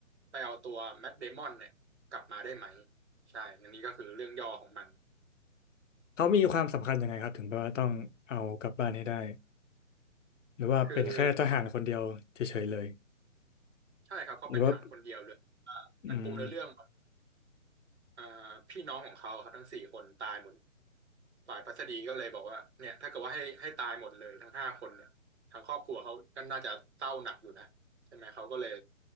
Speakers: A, on the right (about 55°); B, on the left (about 65°).
A: ไปเอาตัวแมทเดมอนเนี่ยกลับมาได้ไหมใช่อันนี้ก็คือเรื่องย่อของมัน
B: เขามีความสำคัญยังไงครับถึงแบบว่าต้องเอากลับบ้านให้ได้หรือว่าเป็นแค่ทหารคนเดียวเฉยๆเลย
A: คือใช่ครับเขาเป็นทหารคนเดียวเลยว่ามันปูเนื้อเรื่อง
B: หรือว่าอืม
A: อ่าพี่น้องของเขาครับทั้งสี่คนตายหมดฝ่ายพัสดีก็เลยบอกว่าเนี่ยถ้าเกิดว่าให้ให้ตายหมดเลยทั้งห้าคนเนี่ยทางครอบครัวเขาก็น่าจะเศร้าหนักอยู่นะใช่ไหมเขาก็เลย